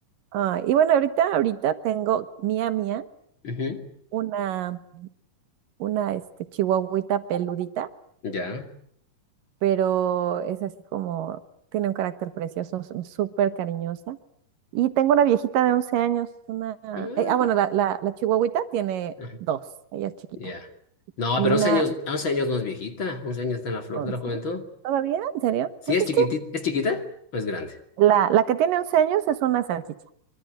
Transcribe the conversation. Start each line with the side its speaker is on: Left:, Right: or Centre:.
Right: Ah, y bueno, ahorita, ahorita tengo mía, mía,
Left: ujú,
Right: una, una este, chihuahuita peludita
Left: ya.
Right: pero es así como, tiene un carácter precioso, s- súper cariñosa. Y tengo una viejita de 11 años, una,
Left: Ah,
Right: eh, ah, bueno,
Left: pero-
Right: la, la, la chihuahuita tiene
Left: ajá,
Right: dos, ella es chiquita,
Left: ya. No,
Right: y
Left: pero
Right: una
Left: 11 años, 11 años no es viejita. 11 años está en la flor
Right: 11,
Left: de la juventud.
Right: ¿Todavía? ¿En serio?
Left: Sí,
Right: Pues
Left: es
Right: es
Left: chiquitita.
Right: que
Left: ¿Es chiquita? ¿O es grande?
Right: la, la que tiene 11 años es una salchicha.